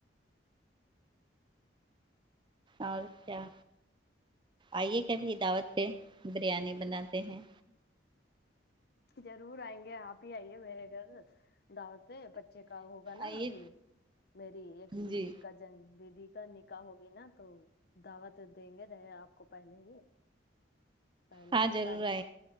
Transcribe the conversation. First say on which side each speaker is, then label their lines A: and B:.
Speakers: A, on the right (about 25°); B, on the left (about 55°).
A: اور کیا آئیے کبھی دعوت پے بریانی بناتے ہیں
B: ضرور آئیں گے آپ اپی آئیے ہے میرے گھر دعوت پے بچے کا ہوگا نا
A: آئیے
B: ابھی میری ایک دیدی
A: جی
B: کا ن دیدی کا نکح ہوگی نا تو دعوت دیں گے رہے آپ کو پہلے ہی پہلے
A: ہاں
B: ہی
A: ضرور
B: تاریخ
A: آئیں